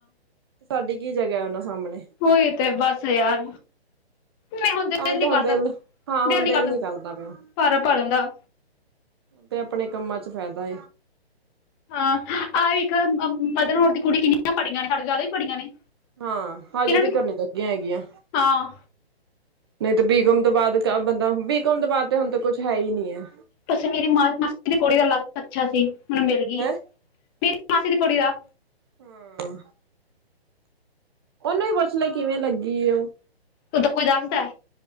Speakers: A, on the right (about 25°); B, on the left (about 20°).
A: ਸਾਡੀ ਕੀ ਜਗ੍ਹਾ ਉਹਨਾਂ ਸਾਹਮਣੇ
B: ਉਈ ਤੇ ਬਸ ਯਾਰ ਨਹੀਂ ਹੁਣ ਦਿਲ
A: ਤਾਂ ਹੀ ਤਾਂ
B: ਨੀ
A: ਹੁਣ
B: ਕਰਦਾ
A: ਦਿਲ ਹਾਂ ਹੁਣ
B: ਦਿਲ ਨੀ ਕਰਦਾ
A: ਪਿਆ।
B: ਫਾਰਮ ਭਰਨ ਦਾ
A: ਤੇ ਆਪਣੇ ਕੰਮਾਂ ਚ ਫਾਇਦਾ
B: ਹਾਂ ਆਹ ਵੇਖ ਮਦਰ ਹੋਰ ਦੀ ਕੁੜੀ ਕਿੰਨੀਆਂ ਪੜ੍ਹੀਆਂ ਨੇ ਸਾਡੇ ਜ਼ਿਆਦਾ ਹੀ ਪੜੀਆਂ ਨੇ
A: ਹਾਂ ਹਜੇ
B: ਇਹਨਾਂ
A: ਤੇ
B: ਨੂੰ
A: ਕਰਨੀ ਲੱਗ ਹੈਗੀਆਂ
B: ਹਾਂ
A: ਨਹੀਂ ਤੇ ਬੀਕਮ ਤੋਂ ਬਾਅਦ ਬੰਦਾ ਬੀਕਮ ਤੋਂ ਬਾਅਦ ਤੇ ਹੁਣ ਤਾਂ ਕੁਛ ਹੈ ਹੀ ਨਹੀਂ ਹੈ
B: ਬਸ ਮੇਰੀ ਮਾ ਮਾਸੀ ਦੀ ਕੁੜੀ ਦਾ ਲੱਕ ਅੱਛਾ ਸੀ ਓਹਨੂੰ ਮਿਲ ਗਈ
A: ਹੈਂ
B: ਮੇਰੀ ਮਾਸੀ ਦੀ ਕੁੜੀ ਦਾ
A: ਹੂੰ ਉਹਨੂੰ ਹੀ ਪੁੱਛ ਲੈ ਕਿਵੇਂ ਲੱਗੀ ਉਹ
B: ਉਹ ਤਾਂ ਕੋਈ ਦੱਸਦਾ